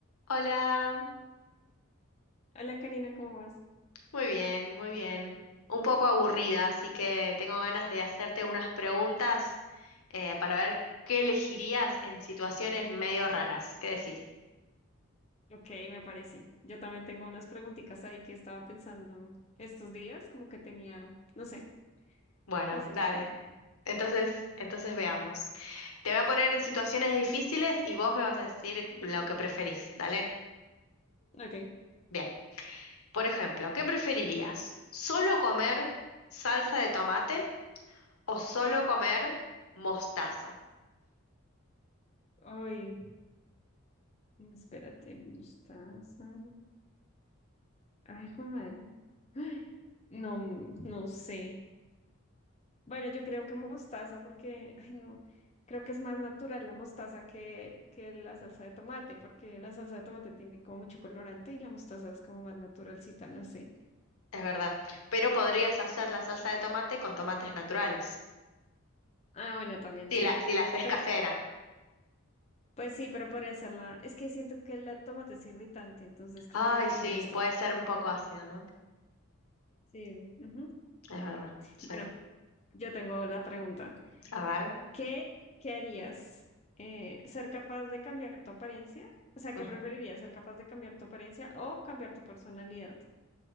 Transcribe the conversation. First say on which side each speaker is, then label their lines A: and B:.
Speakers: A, on the left; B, on the left.
A: Hola,
B: Hola Karina, ¿cómo vas?
A: muy bien, muy bien. Un poco aburrida, así que tengo ganas de hacerte unas preguntas eh, para ver qué elegirías en situaciones medio raras. ¿Qué decís?
B: Ok, me parece. Yo también tengo unas preguntitas ahí que estaba pensando estos días, como que tenía, no sé,
A: Bueno,
B: cosas
A: dale.
B: ahí.
A: Entonces, entonces veamos. Te voy a poner en situaciones difíciles y vos me vas a decir lo que preferís, ¿dale?
B: Ok.
A: Bien. Por ejemplo, ¿qué preferirías? ¿Solo comer salsa de tomate o solo comer mostaza?
B: Ay, espérate, mostaza. Ay, joder madre. Ay, no, mm, no sé. Bueno, yo creo que mostaza porque, ay, no, creo que es más natural la mostaza que, que la salsa de tomate, porque la salsa de tomate tiene como mucho colorante y la mostaza es como más naturalcita, no sé.
A: Es verdad. Pero podrías hacer la salsa de tomate con tomates naturales.
B: Ah, bueno, también
A: Si
B: sí.
A: la, si la haces
B: Pero
A: casera.
B: Pues sí, pero podría ser la... Es que siento que la tomate es irritante, entonces creo
A: Ay,
B: que mejor
A: sí,
B: la mostaza.
A: puede ser un poco ácido, ¿no?
B: Sí. ujú.
A: Es verdad. Sí.
B: Bueno, yo tengo la pregunta.
A: A ver.
B: ¿Qué, qué harías? Eh, ¿ser capaz de cambiar tu apariencia? O sea,
A: Ujú.
B: ¿qué preferirías? ¿Ser capaz de cambiar tu apariencia o cambiar tu personalidad?